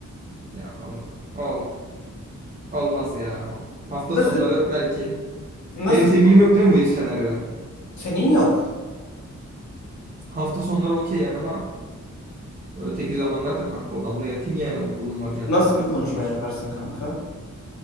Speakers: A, on the right (about 30°); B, on the left (about 65°).
A: Ya konu ol, olmaz ya. Hafta
B: Nasıl
A: sonları belki.
B: nasıl
A: Benim sevgilim yok değil mi bu senaryoda?
B: senin yok.
A: Hafta sonları okey ama öteki zamanlarda kanka odamda yatayım yani okulum var, cartım
B: Nasıl
A: var,
B: bir
A: curtum
B: konuşma
A: var.
B: yaparsın kanka?